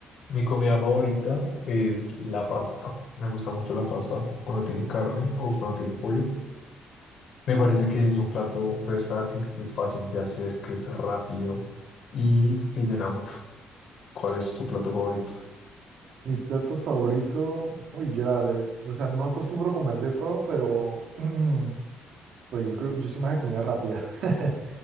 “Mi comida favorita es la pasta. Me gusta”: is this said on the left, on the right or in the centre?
Left